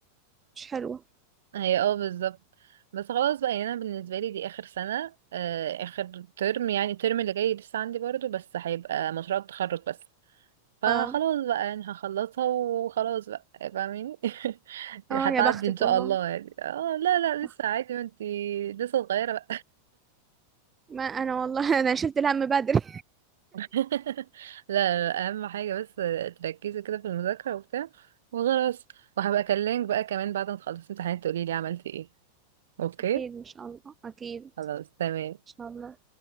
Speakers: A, on the right; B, on the right.
A: مش حلوة
B: هي اه بالظبط بس خلاص بقى يعني انا بالنسبه لي دي اخر سنه آه، اخر ترم يعني الترم اللي جاي لسه عندي برضو بس هيبقى مشروع التخرج بس فخلاص
A: اه
B: بقى يعني هخلصها وخلاص بقى فاهمين <laughs>
A: اه
B: هتعدي
A: يا بختك
B: ان شاء
A: والله
B: الله يعني اه لا لا
A: بخت-
B: لسه عادي ما انتي لسه صغيره
A: ما أنا والله <laughs> أنا شلت الهم بدري
B: <laughs> لا لا، اهم حاجه بس تركزي كده في المذاكره وبتاع وخلاص وهبقى اكلمك بقى كمان بعد ما تخلصي امتحانات تقولي لي عملتي ايه اوكي
A: أكيد إن شاء الله أكيد إن
B: خلاص تمام
A: شاء الله